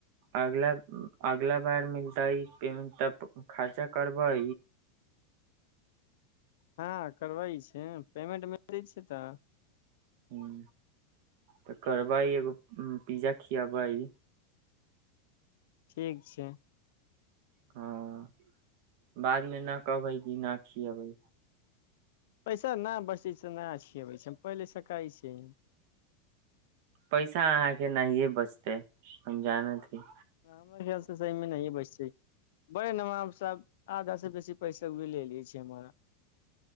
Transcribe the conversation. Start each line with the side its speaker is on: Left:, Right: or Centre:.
Right: अगला- अगला बार मिलतै पेमेंट तऽ खर्चा करबै
Left: हाँ करबैय छै पेमेंट मिलै छै तऽ
Right: हूँ तऽ करबै एगो पिज्जा खियैबैय
Left: ठीक छै
Right: हँ बादमे न कहबै की ना खियबै
Left: पैसा ना बचै छै ना खियबै छै हम पहिलेसँ कहै छी
Right: पैसा अहाँके नहियै बचतै हम जानैत छी
Left: बढ़ियाँ स सही नहि बैसे छै बड़े नमाब स आधा से बेसी पैसा उ ले लै छै हमार